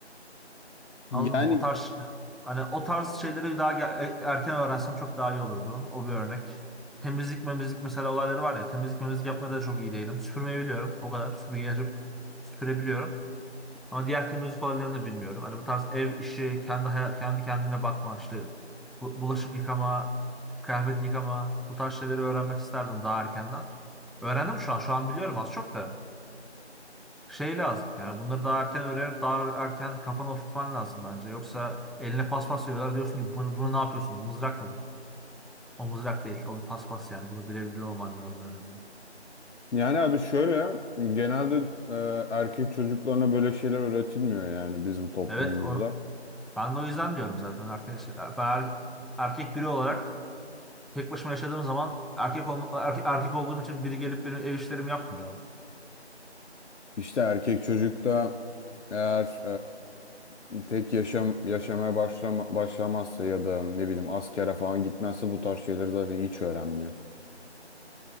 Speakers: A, on the left; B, in the centre.
A: Yani
B: Anladın mı? O tarz hani o tarz şeyleri daha ge- erken öğrensem çok daha iyi olurdu. O bir örnek. Temizlik memizlik mesela olayları var ya. Temizlik memizlik yapmada da çok iyi değilim. Süpürmeyi biliyorum. O kadar. Süpürgeyi açıp süpürebiliyorum. Ama diğer temizlik olaylarını da bilmiyorum. Hani bu tarz ev işi, kendi hayat, kendi kendine bakma işte bu- bulaşık yıkama, kıyafet yıkama bu tarz şeyleri öğrenmek isterdim daha erkenden. Öğrendim şu an. Şu an biliyorum az çok da. şey lazım. Yani bunları daha erken öğrenip daha erken kafana oturtman lazım bence. Yoksa eline paspas veriyorlar diyorsun ki bunu, bunu ne yapıyorsunuz? Mızrak mı bu? O mızrak değil. O bir paspas yani. Bunu bilebiliyor olman lazım en azından.
A: yani abi şöyle genelde e, erkek çocuklarına böyle şeyler öğretilmiyor yani bizim toplumumuzda.
B: Evet onu, ben de o yüzden diyorum zaten. Arkadaş, ben er- erkek biri olarak tek başıma yaşadığım zaman erkek, olma, erkek, erkek olduğum için biri gelip benim ev işlerimi yapmıyor.
A: İşte erkek çocukta eğer e, tek yaşam yaşamaya başlama, başlamazsa ya da ne bileyim askere falan gitmezse bu tarz şeyleri zaten hiç öğrenmiyor.